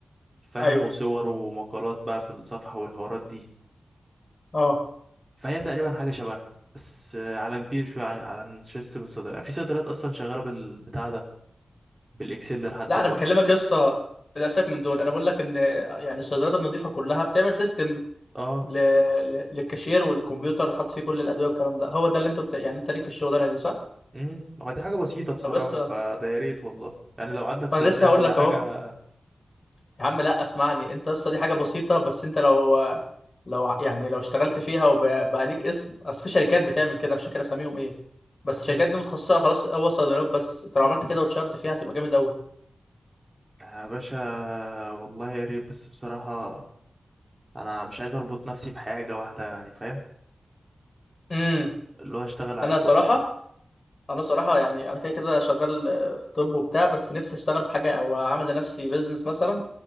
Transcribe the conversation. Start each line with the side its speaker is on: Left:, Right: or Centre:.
Right: فاهم
Left: ايوه
Right: وصور ومقالات بقى في الصفحة والحوارات دي
Left: اه
Right: فهي تقريبا حاجة شبهها بس آه، على كبير شوية عن عن سيستم الصيدلة في صيدليات أصلا شغالة بالبتاع ده بالاكسل لحد
Left: لا
Right: دلوقتي
Left: انا بكلمك يا اسطى للاسف من دول انا بقول لك ان يعني الصيدليات النظيفه كلها بتعمل سيستم
Right: اه
Left: ل... ل... للكاشير والكمبيوتر حاط فيه كل الادويه والكلام ده هو ده اللي انت بت... يعني انت ليك في الشغلانه دي صح
Right: امم هو دي حاجه بسيطه بصراحه
Left: فبس ما
Right: فده يا ريت والله يعني لو عندك صيدليه
Left: انا لسه هقول
Right: ولا
Left: لك
Right: حاجه
Left: اهو يا عم لا اسمعني انت اصلا دي حاجه بسيطه بس انت لو لو ع- يعني لو اشتغلت فيها وبقى ليك اسم اصل في شركات بتعمل كده مش فاكر اساميهم ايه بس
Right: امم
Left: الشركات دي متخصصه خلاص هو صيدليات بس انت لو عملت كده واتشهرت فيها هتبقى جامد قوي
Right: يا باشا والله يا ريت بس بصراحه انا مش عايز اربط نفسي بحاجه واحده يعني فاهم
Left: امم
Right: اللي هو اشتغل على
Left: انا
Right: كله
Left: صراحه انا صراحه يعني انا كده كده شغال آه، في الطب وبتاع بس نفسي اشتغل في حاجه او اعمل لنفسي بيزنس مثلا